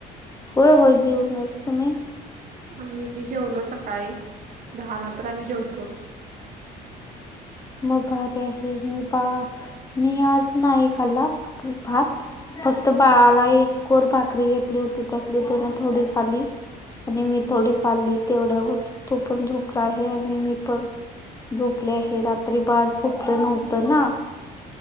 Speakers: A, on the left; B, on the right.
A: होय होय, जेऊनच तुम्ही?
B: आम्ही जेवलो सकाळी दहा नंतर आम्ही जेवतो.
A: मग भारी आहे, मी बा मी आज नाही खाला भात. फक्त बाळाला एक कोर भाकरी घेतली होती त्यातली त्यान थोडी खाली. आणि मी थोडी खाल्ली तेवढ्यावरच तो पण झोपला आहे आणि मी पण. झोपले आहे रात्री बाळ झोपलं नव्हतं ना.